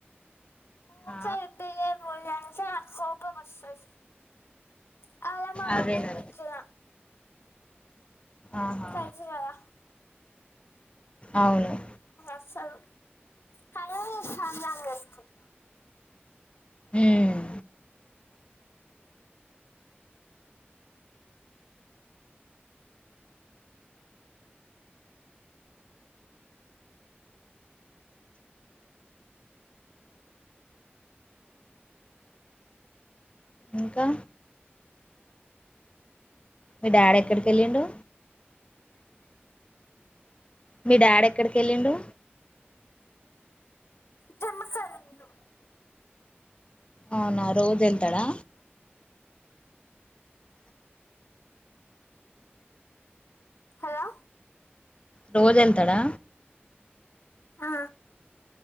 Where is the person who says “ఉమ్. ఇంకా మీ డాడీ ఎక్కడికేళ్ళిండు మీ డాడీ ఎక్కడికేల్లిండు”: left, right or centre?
Left